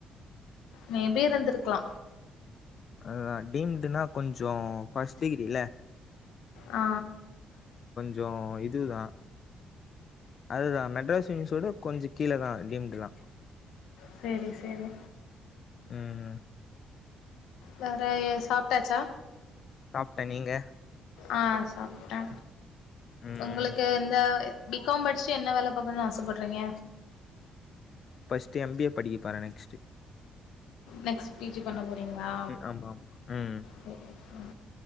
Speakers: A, on the left; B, on the left.
A: மேபி இருந்திருக்லா
B: அதுதா டீம்டுனா கொஞ்சோ ஃபஸ் டிகிரில்ல
A: ஆ
B: சோ இதுதா அதுதா மெட்ராஸ் யுனிவர்ஸோட கொஞ்ச கீழ தா டீம்டுலா
A: செரி செரி
B: ம்
A: வேற எ சாப்ட்டாச்சா
B: சாப்ட்டே நீங்க
A: ஆ சாப்ட்டே
B: ம்
A: உங்களுக்கு எந்த பி காம் படிச்சு என்ன வேல பாக்கனுன் ஆசப்பட்றீங்க
B: து எம் பி ஏ படிக்கப்போற நெக்ஸ்ட்
A: நெக்ஸ் பீஜி பண்ண போறீங்ளா
B: ஆமா ஆமா ம்
A: செரி செரி